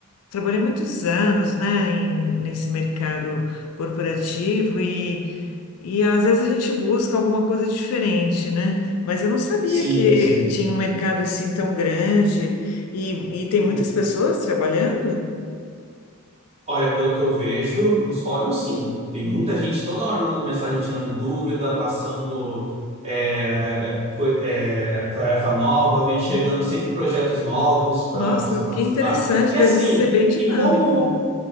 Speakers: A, on the left; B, on the right.
A: trabalhei muitos anos, né, em- nesse mercado corporativo e, e às vezes a gente busca alguma coisa diferente, né? Mas eu não sabia
B: Sim,
A: que
B: sim.
A: tinha um mercado assim tão grande e, e tem
B: Uhum.
A: muitas pessoas trabalhando.
B: Olha, pelo que eu vejo nos fóruns, sim. Tem
A: Hum.
B: muita gente toda hora mandando mensagem, tirando dúvida, passando é, é, co- é, tarefa nova, vem chegando
A: hum.
B: sempre projetos novos para
A: Nossa,
B: você participar.
A: que interessante,
B: E
A: deve
B: assim,
A: ser bem dinâmico.
B: e como